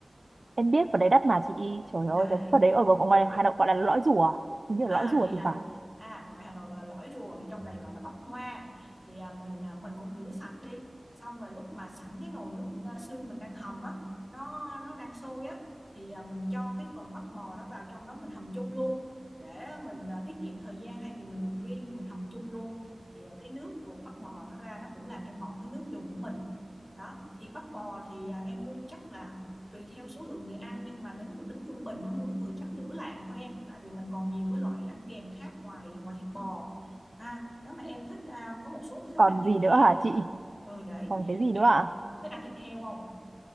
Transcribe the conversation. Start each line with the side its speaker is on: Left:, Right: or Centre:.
Right: Em biết vào đấy đắt mà chị trời
Centre: để
Right: ơi cái phần đấy ở ngoài ngoài Hà Nội gọi là lõi rùa. à? Hình như
Centre: À
Right: là lõi rùa
Centre: vậy
Right: thì
Centre: hả?
Right: phải.
Centre: À ngoài Hà Nội gọi là lõi rùa thì trong này gọi là bắp hoa. Thì à, mình à, mình cũng rửa sạch đi. Xong rồi lúc mà sẵn cái nồi nước à, xương mình đang hầm á, nó nó đang sôi á thì à, mình cho cái phần bắp bò đó vào trong đó mình hầm chung luôn để mình à, tiết kiệm thời gian thay vì mình luộc riêng thì mình hầm chung luôn. Thì à, cái nước luộc bắp bò nó ra nó cũng làm cho ngọt cái nước dùng của mình. Đó, thì bắp bò thì à, em mua chắc là tùy theo số lượng người ăn nhưng mà nếu mà tính trung bình nó mỗi người chắc nửa lạng thôi em tại vì mình còn nhiều cái loại ăn kèm khác ngoài ngoài thịt bò ha nếu mà em thích à, có một số người thích
Right: Còn
Centre: ăn thịt
Right: gì nữa
Centre: heo
Right: hả chị?
Centre: ừ đấy
Right: Còn cái gì
Centre: em,
Right: nữa à?
Centre: em thích ăn thịt heo không